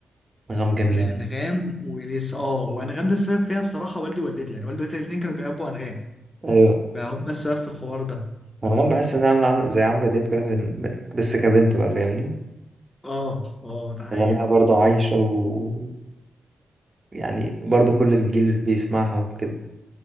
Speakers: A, on the right; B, on the left.
A: انغام جميلة
B: لأنغام وإليسا أه وأنغام ده السبب فيها بصراحة والدي ووالدتي يعني والدي ووالدتي الاتنين كانوا بيحبوا أنغام
A: ايوه
B: فهم السبب في الحوار ده
A: انغام بحس انها عاملة عاملة زي عمرو دياب كده في ال- بس كبنت بقى فاهمني
B: أه أه ده حقيقة
A: غناها برضه عايشة و يعني برضه كل الجيل بيسمعها وكده